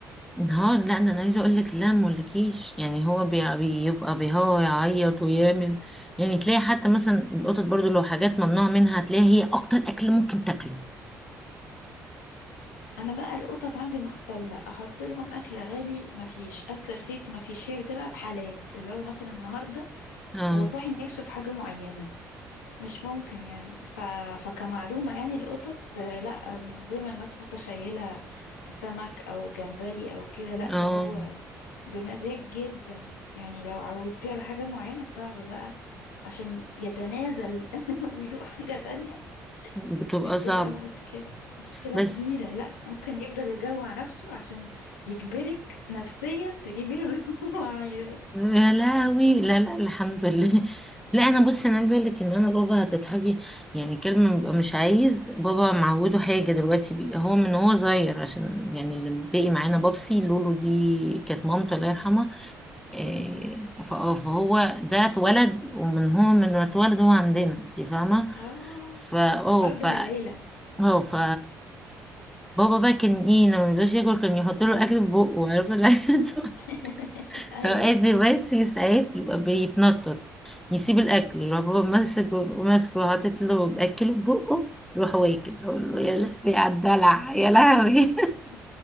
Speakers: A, in the centre; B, on the left.
A: ها لا ده انا عايزه اقول لك لا مولكيش يعني هو بي- بيبقى بيهوى يعيط ويامن يعني تلاقي حتى مثلا القطط برضو لو حاجات ممنوع منها تلاقي هي اكتر اكل ممكن تاكله
B: انا بقى القطط عندي مختلة احط لهم اكل غالي مفيش اكل رخيص مفيش هي ده بقى بحالات اللي هو مثلا النهاردة
A: اه
B: هو صاحي نفسه في حاجة معينة مش ممكن يعني ف... فكمعلومة يعني القطط آه، لا مش زي ما الناس متخيلة سمك او جمبري او كده لا
A: اه
B: ده هو بمزاج جدا يعني لو عودتيه على حاجة معينة صعب بقى عشان يتنازل <laughs> ويدوق حاجة تانية
A: بتبقى
B: دي بتبقى
A: صعب
B: مشكلة مشكلة
A: بس
B: كبيرة لا ممكن يفضل يجوع نفسه عشان يجبرك نفسيا تجيبي له اللي <laughs> هو عايزه
A: يا لهوي لا لا الحمد لله لا انا بصي انا عايزه اقول لك ان انا بابا هتضحكي يعني كلمه بيبقى مش عايز بابا معوده حاجه دلوقتي بي. هو من هو صغير عشان يعني اللي باقي معانا بابسي لولو دي كانت مامته الله يرحمها إيه،
B: مم.
A: ف- فهو ده اتولد ومن هو من ما اتولد هو عندنا انت فاهمه
B: اه
A: فا اه
B: فرد
A: ف
B: من العيلة
A: اه ف بابا بقى كان ايه لما ميرضاش ياكل كان يحط له اكل في بقه عارفه العيال <laughs> صغيرة.
B: <laughs> ايوه
A: فاوقات دلوقتي ساعات يبقى بيتنطط يسيب الاكل
B: مم.
A: يروح بابا ماسك ماسكه وحاطط له باكله في بقه يروح واكل اقول له يا لهوي على الدلع يا
B: <laughs>
A: لهوي <laughs>